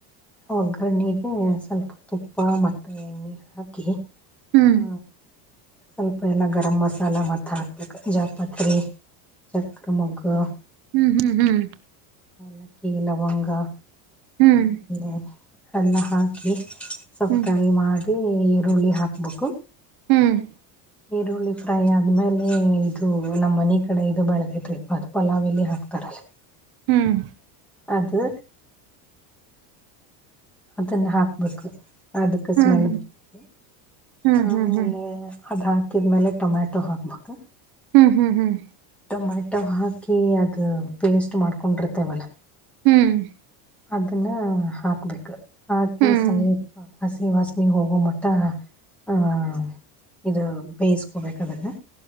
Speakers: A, in the centre; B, on the right.
A: ಒಗ್ಗರಣೆಗೆ ಸ್ವಲ್ಪ ತುಪ್ಪ ಮತ್ತ ಎಣ್ಣೆ ಹಾಕಿ..
B: ಹ್ಮ್
A: ಆ, ಸ್ವಲ್ಪ ಎಲ್ಲ ಗರಂಮಸಾಲ ಮ ಹಾಕ್ಬೇಕ ಜಾಪಾತ್ರಿ ಚಕ್ರಮೊಗ್ಗು
B: ಹ್ಮ್ ಹ್ಮ್ ಹ್ಮ್
A: ಲಕ್ಕಿ ಲವಂಗ
B: ಹ್ಮ್
A: ಆಮೇಲೆ ಎಲ್ಲ ಹಾಕಿ ಸ್ವಲ್
B: ಹ್ಮ್
A: ಫ್ರೈ ಮಾಡಿ ಈರುಳ್ಳಿ ಹಾಕ್ಬೇಕು
B: ಹ್ಮ್ ಹ್ಮ್ ಹ್ಮ್
A: ಈರುಳ್ಳಿ ಫ್ರೈ ಆದ್ಮೇಲೆ ಇದು ನಮ್ಮ್ ಮನ ಕಡೆ ಇದು ಬೆಳೆದೇತ್ ರೀತ್ ಪಲಾವ ಎಲ್ಲಿ ಹಾಕ <unintelligible>
B: ಹ್ಮ್
A: ಅದು ಅದನ್ನ ಹಾಕ್ಬೇಕು ಅದಕ್ಕೆ ಸ್ಮೆಲ್
B: ಹ್ಮ್ ಹ್ಮ್ ಹ್ಮ್ ಹ್ಮ್
A: ಬರ್ತದೆ ಆ
B: ಹ್ಮ್
A: ಆಮೇಲೆ
B: ಹ್ಮ್
A: ಅದ ಹಾಕ ಹಾಕಿದ್ಮೇಲೆ ಟೊಮ್ಯಾಟೊ ಹಾಕ್ಬೇಕ
B: ಹ್ಮ್ ಹ್ಮ ಹ್ಮ್
A: ಟೊಮೆಟೊ ಹಾಕಿ ಅದು ಪೇಸ್ಟ್ ಮಾಡ್ಕೊಂಡಿರ್ತೇವಲ್ಲ
B: ಹ್ಮ್
A: ಅದನ್ನ ಹಾಕ್ಬೇಕು ಹಾಕಿ
B: ಹ್ಮ್
A: ಸ್ವಲ್ಪ ಹಸಿ ವಾಸನೆ ಹೋಗೋ ಮಟ್ಟ ಆಹ ಇದು ಬೇಯಿಸ್ಕೋಬೇಕದನ್ನ